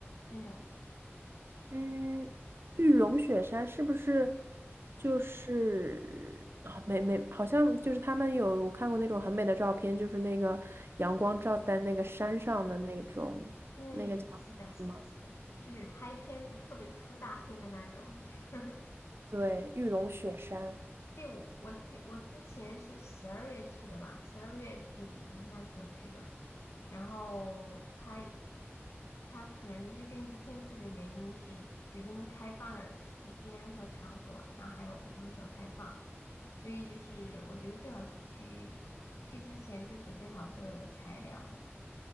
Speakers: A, on the left (about 80°); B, on the right (about 60°).
A: 真的。
B: 嗯，玉龙雪山是不是就是啊、没没，好像就是他们有看过那种很美的照片，就是那个阳光照在那个山上的那种，
A: 对，
B: 那个叫
A: 是的，是的，
B: 什么？
A: 是的，就是拍片子特别出大片的那种。<laughs>
B: 对，玉龙雪山。
A: 对，我我记我之前是十二月去的吧，十二月底那个时候去的，然后他他可能就是根据天气的原因是决定开放的时间和长短，然后还有什么时候开放。所以就是我觉得最好是去去之前就准备好所有的材料，